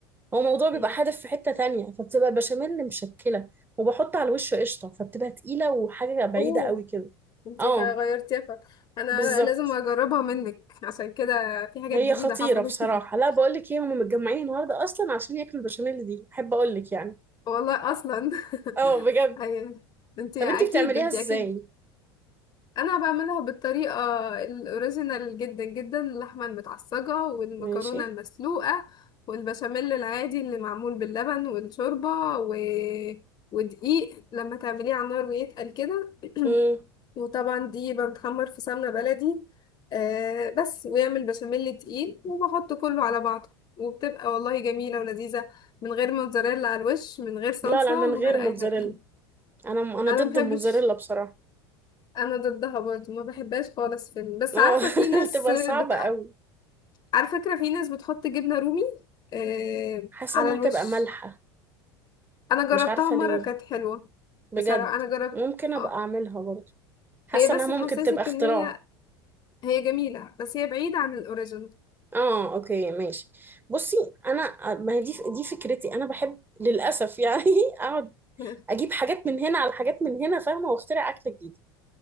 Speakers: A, on the right; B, on the left.
A: هو الموضوع بيبقى
B: مم.
A: حادف في حتة تانية فبتبقى البشاميل مشكلة وبحط على الوش قشطة فبتبقى تقيلة وحاجة بعيدة
B: اوه
A: قوي كده
B: انتي
A: اه
B: فا- غيرتيها فا. انا
A: بالظبط
B: لازم اجربها منك عشان كده في حاجات
A: هي
B: جديدة
A: خطيرة
B: حصلت
A: بصراحة
B: <laughs>
A: لا بقولك ايه هما متجمعين النهاردة اصلا عشان ياكلوا البشاميل دي احب اقولك يعني
B: والله اصلا
A: اه
B: <laughs>
A: بجد
B: ايوه انتي
A: طب انتي
B: اكيد
A: بتعمليها
B: انتي
A: ازاي
B: اكيد انا بعملها بالطريقه الاوريجينال جدا جدا اللحمه المتعصجه والمكرونه
A: ماشي
B: المسلوقه والبشاميل العادي اللي معمول باللبن والشوربه و... ودقيق لما تعمليه على النار ويتقل كده
A: مم.
B: <clears throat> وطبعا دي بتحمر في سمنه بلدي آه بس ويعمل بشاميل تقيل وبحط كله على بعضه وبتبقى والله جميله ولذيذه من غير موتزاريلا على الوش من غير صلصه
A: لا لا من
B: من
A: غير
B: غير
A: موتزاريلا
B: اي حاجه <laughs>
A: انا انا
B: انا
A: ضد
B: محبش
A: الموتزاريلا بصراحة
B: انا ضدها برضه ما بحبهاش خالص في ال... بس
A: اه
B: عارفه
A: <laughs>
B: في ناس
A: بتبقى
B: بت...
A: صعبة قوي
B: على فكره في ناس بتحط جبنه رومي آه...
A: حاسة
B: على
A: انها
B: الوش
A: تبقى مالحة
B: انا جربتها
A: مش عارفة
B: مره
A: ليه
B: كانت حلوه
A: بجد
B: بصراحه انا جربت
A: ممكن ابقى
B: اه
A: اعملها برضه حاسة
B: هي بس
A: انها
B: تحسسك
A: ممكن تبقى اختراع
B: ان هي هي جميله بس هي بعيده عن الاوريجينال
A: اه اوكي ماشي بصي انا ما هي دي دي فكرتي انا بحب للاسف يعني <laughs> اقعد
B: <laughs>
A: اجيب حاجات من هنا على حاجات من هنا فاهمة واخترع اكلة جديدة